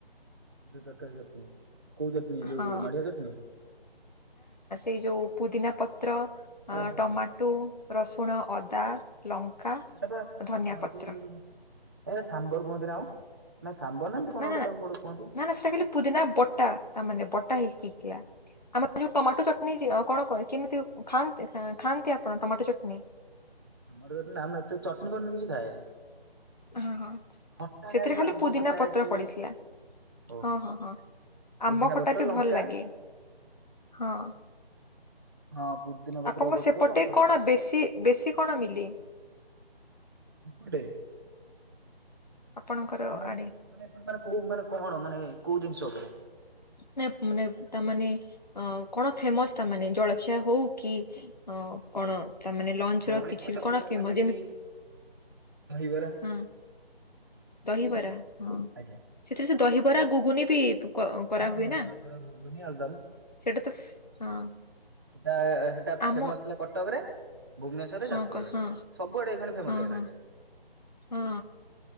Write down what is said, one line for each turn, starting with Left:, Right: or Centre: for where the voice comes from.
Right: ପୁରୀ, ତରକାରୀ, ଚଟନି। କୋଉ ଚଟନି ଯୋଉ
Left: ହଁ
Right: ନଡ଼ିଆ ଚଟନି?
Left: ଏଇ ଯୋଉ ପୁଦିନା ପତ୍ର, ଅଁ
Right: ଓହୋ
Left: ଟମାଟୋ, ରସୁଣ, ଅଦା ଲଙ୍କା
Right: ସେଟା ବା କଣ
Left: ଧନିଆ
Right: ଗୋଟେ କୁହନ୍ତି
Left: ପତ୍ର।
Right: ସେଟା ବା ସାମ୍ବର କୁହନ୍ତି ନା କଣ? ନା ସାମ୍ବର ଏମିତି କଣ
Left: ନା
Right: ଗୋଟେ
Left: ନା
Right: ତାକୁ ଗୋଟେ କୁହନ୍ତି।
Left: ନା ନା ସେଟା ଖାଲି ପୁଦିନା ବଟା, ତା ମାନେ ବଟ୍ ଟା ହେଇକି ହେଇଥିଲା। ଆମର ଯୋଉ ଟମାଟୋ ଚଟନି ଯେ କଣ କହେ କେମିତି ଖାଆନ୍ତି ଖାଆନ୍ତି ଆପଣ ଟମାଟୋ ଚଟନି?
Right: ଆମର ଯଦି ନାଁ ମୁଁ ଏତେ ଚଟନି ଫଟନି କିଛି ଖାଏନି।
Left: ହଁ ହଁ
Right: ଖଟା
Left: ସେଥିରେ
Right: ଖାଏ ଯୋଉ
Left: ଖାଲି
Right: ଆମ୍ବ
Left: ପୁଦିନା
Right: ଖଟା
Left: ପତ୍ର
Right: କି
Left: ପଡିଥିଲା।
Right: ଓହୋ।
Left: ହଁ ହଁ ହଁ
Right: ପୁଦିନା
Left: ଆମ୍ବ ଖଟା
Right: ପତ୍ର
Left: ଏତେ
Right: ଲଙ୍କା
Left: ଭଲ୍‌ ଲାଗେ ହଁ।
Right: ହଁ ପୁଦିନା ପତ୍ର
Left: ଆପଣଙ୍କ
Right: ପଡିଥିବ,
Left: ସେପଟେ
Right: ଲଙ୍କା ପଡ଼ିଥବ।
Left: କଣ ବେଶୀ ବେଶୀ କଣ ମିଲେ
Right: ଏପଟେ?
Left: ଆପଣଙ୍କର
Right: ମାନେ
Left: ଆଡେ?
Right: ମାନେ ଆପଣ ମାନେ କୋଉ ମାନେ କଣ ମାନେ କୋଉ ଜିନିଷ ଉପରେ?
Left: ନାଇ ମାନେ ତାମାନେ ଅଁ କଣ ଫେମସ ତା ମାନେ ଜଳଖିଆ ହଉ କି ଅ କଣ ତା ମାନେ ଲଞ୍ଚର
Right: ଜଳଖିଆ
Left: କିଛି
Right: ତ
Left: ବି କଣ
Right: କହିବାକୁ
Left: ଫେମ
Right: ଗଲେ
Left: ଯେମି
Right: ବି ଦହିବରା
Left: ହୁଁ। ଦହିବରା? ହଁ
Right: ଆଜ୍ଞା
Left: ସେଥିରେ ସେ ଦହିବରା ଗୁଗୁନି ବି ପ କ-କରା
Right: ହଁ
Left: ହୁଏ
Right: ହଁ
Left: ନା?
Right: ଦହିବରା ଘୁଗୁନି ଆଳୁଦମ୍
Left: ସେଟା ତ ହଁ।
Right: ଟା ସେଟା
Left: ଆମ
Right: ଫେମସ ଥିଲା କଟକରେ ଭୁବନେଶ୍ୱରରେ
Left: ହଁ
Right: ଯାଜପୁରରେ
Left: କ ହଁ
Right: ସବୁଆଡେ ଏଇକେନା ଫେମସ
Left: ହଁ
Right: ହେଇଗଲାଣି
Left: ହଁ।
Right: ।
Left: ହଁ